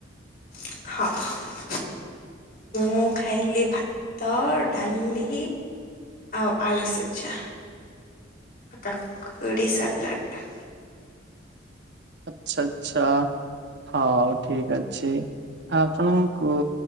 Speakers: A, on the left; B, on the right.
A: ହଁ। ମୁଁ ଖାଇଲି ଭାତ, ଡାଲି ଆଉ ଆଳୁ ସିଝା, କାକୁଡି ସାଲାଡ।
B: ଆଚ୍ଛା ଆଚ୍ଛା ହଉ ଠିକ ଅଛି। ଆପଣଙ୍କୁ